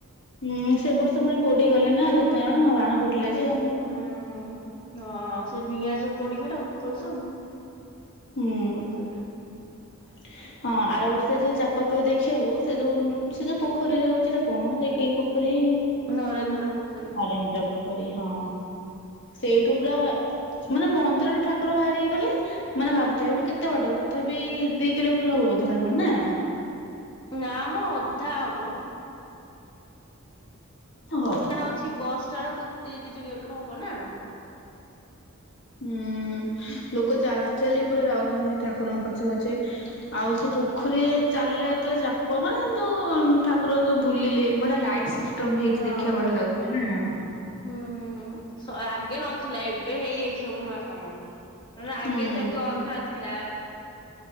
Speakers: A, on the left; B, on the left.
A: ହୁଁ ସେ ବର୍ଷ ପୁଣି ପୋଡିଗଲେ ନା କେତେଜଣ ବାଣ ଫୁଟିଲା ଯେ ଆଉ
B: ହୁଁ ହଁ ସେ ନିଆଁ ଯୋଉ ପୋଡ଼ିଗଲା ଉପର ସବୁ
A: ହୁଁ।
B: ପୋଡିଗଲା।
A: <inaudible> ହଁ ଆର ବର୍ଷ ଯାଇଥିଲ ଚାପ ଖେଳ ଦେଖିବାକୁ ସେ ଯୋଉ ସେ ଯୋଉ ପୋଖରୀରେ ହଉଛି ସେଇଟା କଣ ସେ ପେଖାରି
B: ନରେନ୍ଦ୍ର ପୋଖରୀ
A: ନରେନ୍ଦ୍ର ପୋଖରୀ ହଁ। ସେଇଠୁ ପୁରା ମାନେ ମନ୍ଦିରଠୁ ଠାକୁର ବାହାରିକି ହେଇଗଲେ ମାନେ ଭାବୁଥା ଏଇଠୁ କେତେ ବାଟ ତଥାପି ଦି କିଲୋମିଟର ହବ ବୋଧେ ନା କଣ ନା?
B: ନା ମ ଅଧା ହବ।
A: ହଉ
B: କଣ ଅଛି ବସ୍ ଟାଣ୍ଡକୁ ଦି ତିନି କିଲୋମିଟର ହବ ନା?
A: ହୁଁ ଲୋକ ଚାଲି ଚାଲି ପୁରା ଯାଉଛନ୍ତି ଠାକୁରଙ୍କ ପଛେ ପଛେ ଆଉ ସେ ପୋଖରୀରେ ଚାଲିଲା ଯେତେବେଳେ ଚାପ ମାନେ ଯୋଉ ଠାକୁର ଯୋଉ ବୁଲିଲେ ବଢିଆ ଲାଇଟ ସିଷ୍ଟମ ହେଇଛି
B: ହଁ।
A: ଦେଖିବାକୁ ବଢିଆ ଲାଗୁଥିଲା ନା।
B: ହୁଁ ଆଗେ ନଥିଲା ଏବେ ହେଇଯାଇଛି ସବୁ ନୂଆ କାମ ନ ହେଲେ ଆଗେ
A: ହୁଁ
B: ସେମତି ଅନ୍ଧାର ଥିଲା।